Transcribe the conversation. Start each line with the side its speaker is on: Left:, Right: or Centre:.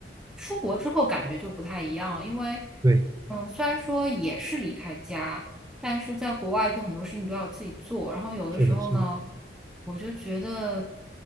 Centre: 出国之后感觉就不太一样了，因为，
Right: 对，
Centre: 嗯，虽然说也是离开家，但是在国外就很多事情都要自己做，然后有的时候呢，
Right: 是的，是的，
Centre: 我就觉得